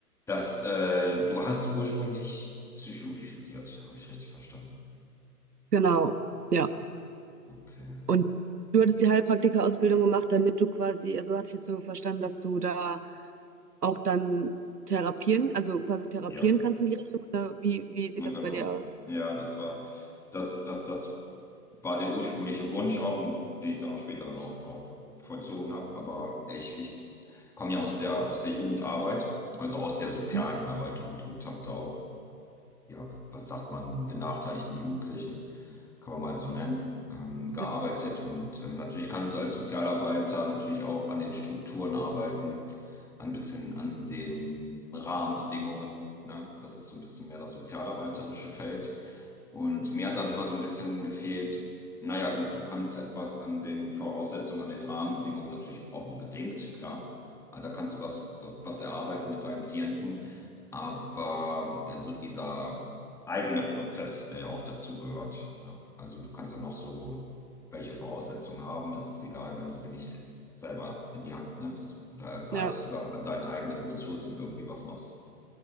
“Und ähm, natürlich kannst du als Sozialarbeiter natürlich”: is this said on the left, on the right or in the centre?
Centre